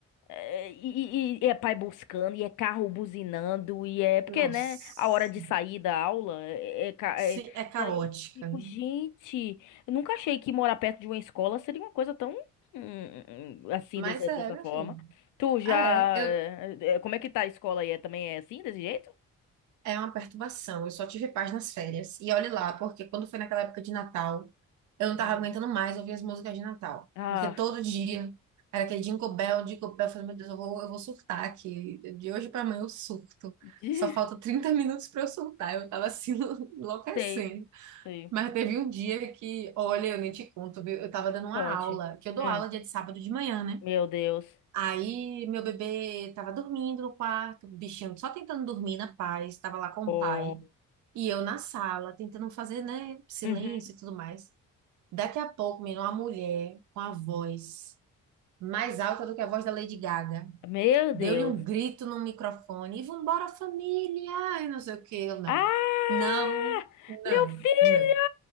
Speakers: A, on the left; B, on the right.
A: É, E, e- e é pai buscando, e é carro buzinando, e é. Porque,
B: Nossa,
A: né? A hora de sair da aula é. é é ca-
B: sim
A: é-
B: é caótica,
A: e aí eu fico,
B: né?
A: gente, eu nunca achei que morar perto de uma escola seria uma coisa tão. hum, hum, Assim,
B: Mas
A: dessa,
B: é,
A: dessa
B: meu
A: forma.
B: filho.
A: Tu já.
B: É, eu,
A: é, é, Como é que tá a escola aí? É- Também é assim, desse jeito?
B: é uma perturbação. Eu só tive paz nas férias. E olhe lá, porque quando foi naquela época de Natal, eu não tava
A: Hum.
B: aguentando mais ouvir as músicas de Natal.
A: Ah,
B: Porque todo dia era aquele Jingle Bell, Jingle Bell. Eu falei, meu Deus, eu vou, eu vou surtar aqui. De hoje pra amanhã eu surto.
A: <laughs> de-
B: Só falta 30 minutos pra eu surtar. Eu tava assim, <laughs> enlouquecendo.
A: sei, sei.
B: Mas teve um dia que, olha, eu nem te conto, viu? Eu tava dando uma
A: Conte.
B: aula, que eu dou
A: Hum,
B: aula dia de sábado de manhã, né?
A: meu Deus.
B: Aí meu bebê tava dormindo no quarto, o bichinho só tentando dormir na paz, tava lá com
A: Oh.
B: o pai. E eu na sala, tentando fazer, né, silêncio
A: Uhum.
B: e tudo mais. Daqui a pouco, menino, uma mulher com a voz mais alta do que a voz da Lady Gaga.
A: Meu
B: Deu-lhe
A: Deus.
B: um grito no microfone e vambora família, e não sei o que, eu não.
A: Ah!
B: Não, não,
A: Meu filho!
B: não.